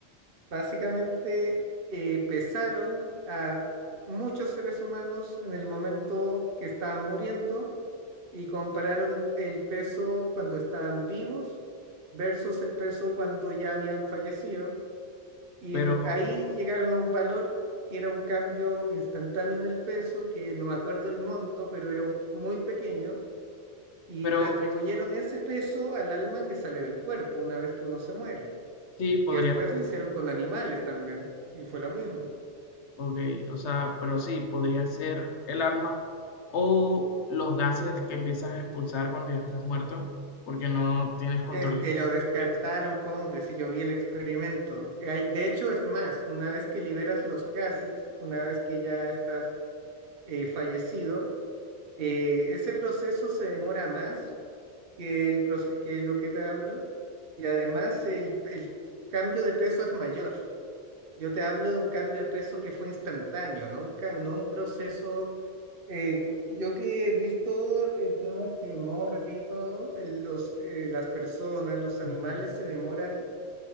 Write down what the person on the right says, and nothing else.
Básicamente eh, pesaron a muchos seres humanos en el momento que estaban muriendo y compararon el peso cuando estaban vivos versus el peso cuando ya habían fallecido. Y
ahí llegaron a un valor que era un cambio instantáneo en el peso, que no me acuerdo el monto, pero era un- muy pequeño, y
le atribuyeron
ese peso al alma que sale del cuerpo una vez que uno se muere.
Y después
lo hicieron con animales también, y fue lo mismo.
Es que lo descartaron,
po, hombre, si yo vi el experimento. Eh, ahí- de hecho, es más, una vez que liberas los gases, una vez que ya estás eh, fallecido, eh, ese proceso se demora más que, el, proce- que lo que te hablo y además el, el cambio de peso es mayor. Yo te hablo de un cambio de peso que fue instantáneo, no un, ca- no un proceso... eh, cu- yo que he visto eh, temas de morgue y todo, el- los, eh, las personas, los animales
se demoran